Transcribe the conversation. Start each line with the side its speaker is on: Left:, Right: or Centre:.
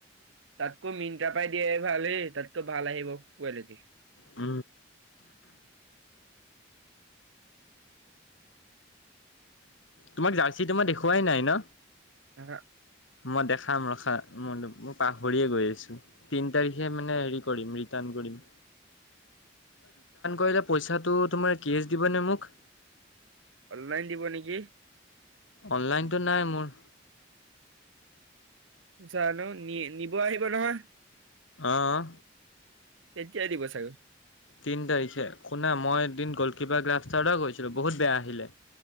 Right: তাতকৈ মিনটা পাই দিয়ে ভাল হ তাতকৈ ভাল আহিব কোৱালিটি
Left: উ তোমাক জাৰ্চি তোমই দেখুুৱাই নাই ন
Right: আহা,
Left: মই দেখাম ৰখা ম, মই পাহৰিয়ে গৈ আছো, তিন তাৰিখে মানে হেৰি কৰিম, ৰিটাৰ্ণ কৰিম। কৰিলে পইচাটোৰ দিব নে মোক
Right: অনলাইন দিব নেকি
Left: অনলাইনতটো নাই মোৰ
Right: জানো নি নিব আহিব নহয়
Left: আহ
Right: এতিয়াই দিব চাগৈ!
Left: তিনি তাৰিখে শুনা মই এদিন গলকিপাৰ গ্লাভ অৰ্ডাৰ কৰিছিলো বহুত বেয়া আহিলে